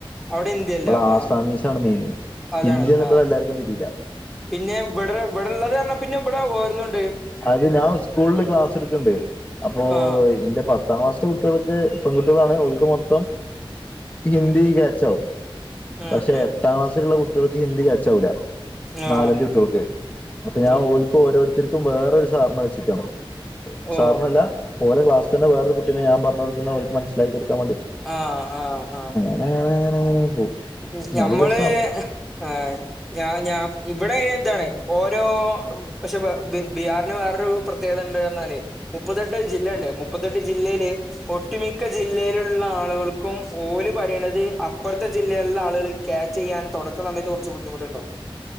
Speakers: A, in the centre; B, on the left (about 15°).
A: അവിടെ ഇന്ത്യയല്ല
B: ഇവിടെ
A: ആ
B: ആസാമീസ് ആണ് മെയിന്
A: അതാണ്
B: ഹിന്ദിയൊന്നും
A: ആ
B: ഇവിടെ എല്ലാവർക്കും തിരിയില്ല
A: പിന്നെ ഇവിടെ ഇവിവിടെള്ള ത്ത് പിന്നെ ഇവിടെ ഒരോന്ന്ണ്ട്
B: അത് ഞാൻ സ്കൂളിൽ ക്ലാസ് എടുക്കണ്ട് അപ്പോ
A: ആ
B: എന്റെ പത്താം ക്ലാസ് കുട്ടികളൊക്കെ പെൺകുട്ടികളാണ് ഓല്ക്ക് മൊത്തം ഹിന്ദി
A: ഉം
B: കെച്ചാവും
A: ഉം
B: പക്ഷെ
A: ഉം
B: എട്ടാം ക്ലാസ്സിലുള്ള കുട്ടികൾക്ക് ഹിന്ദി കെച്ചാവൂല
A: ആ
B: നാലഞ്ച് കുട്ടിയാൾക്ക് അപ്പൊ ഞാൻ
A: ഉം
B: ഓല് ഓരോരുത്തർക്കും വേറൊരു സാർനെ വെച്ചക്കാണ്
A: ഓ
B: സാർനെല്ല ഓല്ലെ ക്ലസ്തന്നെ വേറെയൊരു കുട്ടിനെ ഞാൻ പറഞ്ഞ കൊടുണേ മനസിലാക്കി കൊടുക്കാൻവേണ്ടിട്ട്
A: ആഹാ ആഹാ ആഹാ
B: അങ്ങനെ അങ്ങനെ അങ്ങനെ പോവും
A: ഉം
B: എന്നാലും
A: നമ്മള്
B: രസാണ്
A: ആ ഞാ ഞാൻ ഇവിടെ ഇതാണ് ഓരോ പക്ഷെ ഇത് ബീഹാറിന് വേറൊരു പ്രത്യേകത ഉണ്ട്ന്ന് പറഞ്ഞാൽ മുപ്പത്തെട്ട് ജില്ലണ്ട് മുപ്പത്തെട്ട് ജില്ലയിൽ ഒട്ടുമിക്ക ജില്ലയിലുള്ള ആളുകൾക്കും ഓല് പറയിണത് അപ്പുറത്തെ ജില്ലയിലെ ആളുകൾ ക്യാച്ച് ചെയ്യാൻ തുടക്ക സമയത്ത് കുറച്ച് ബുദ്ധിമുട്ടുണ്ടാവും